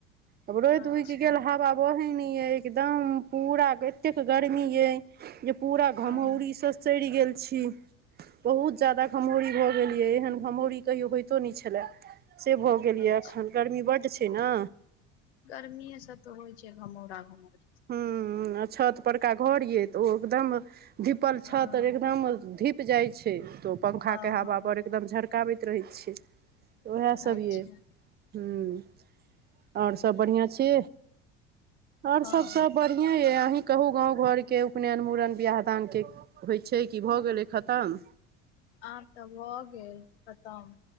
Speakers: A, on the right (about 30°); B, on the left (about 85°).
A: तब रौद उगि
B: अच्छा
A: गेल हवा बह‌इ नैये एकदम पूरा एतेक गर्मी यै जे पूरा
B: हँ
A: घमौरी सँ सड़ि गेल छी बहुत ज्यादा घमौरी भऽ गेल यए एहन घमौरी कहियो होइतो नहि छलै से भऽ गेल
B: अच्छा
A: यए एखन गर्मी बड्ड छै ने
B: गर्मीए से तो होइ छै घमौरा घमौरी
A: हूँ आ छत परका घर यै तऽ ओ एकदम धीपल छत
B: हँ
A: एकदम ओ धीप जाइ छै तऽ ओ पंखाके
B: हँ
A: हवापर
B: हँ
A: एकदम झरकाबैत रहै छै उएह सभ
B: अच्छा
A: यै हूँ आओर सब बढ़ियां छी आओर
B: हँ
A: सब सब बढ़ियां ये अहीं कहू गाँव घरके उपनयन मुड़न बियाह दान के होइ छै कि भऽ
B: हँ
A: गेलै खतम
B: आब तऽ भऽ गेल खतम